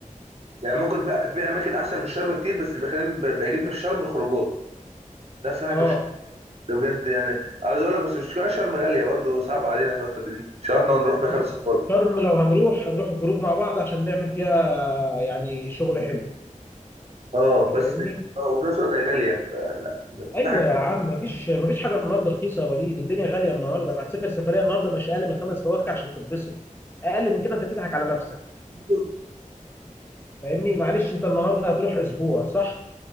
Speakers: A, on the right; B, on the left.
A: يعني ممكن في في أماكن أحسن من الشرم كتير بس اللي بيخليني ب- بيعجبني في الشرم الخروجات ده أحسن
B: اه
A: حاجة ده بجد يعني عاوز اقول لك بس مش شرم غاليه برضه صعب علينا في الفتره دي مش عارفنا نروح بخمسه
B: بص
A: خالص
B: شرم لو هنروح هنروح جروب مع بعض عشان نعمل فيها يعني شغل حلو
A: اه
B: انت فاهمني
A: بس اه وفي نفس الوقت هي غاليه فلا في
B: ايوه
A: حاجه
B: يا عم مفيش مفيش حاجه النهارده رخيصه يا وليد الدنيا غاليه النهارده هتسافر سفريه النهارده مش اقل من خمس بواكع عشان تتبسط اقل من كده انت بتضحك على نفسك
A: كتير،
B: فاهمني معلش انت النهارده هتروح اسبوع صح